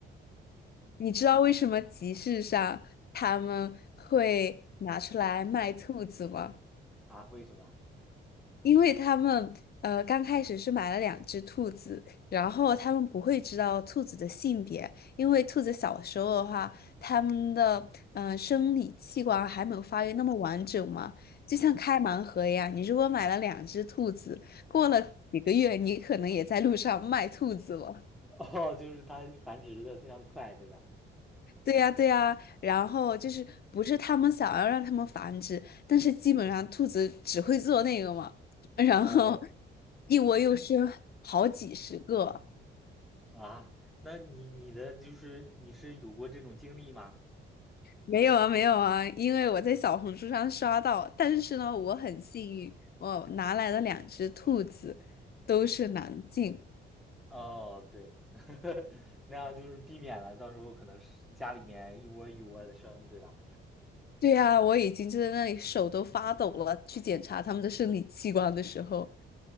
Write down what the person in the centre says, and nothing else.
嗯，
啊，为什么？
<laughs> 哦，就是它繁殖的非常快，对吧？
哦，
啊，那你你的就是你是有过这种经历吗？
哦，对，<laughs> 那样就是避免了到时候可能是家里面一窝一窝的生，对吧？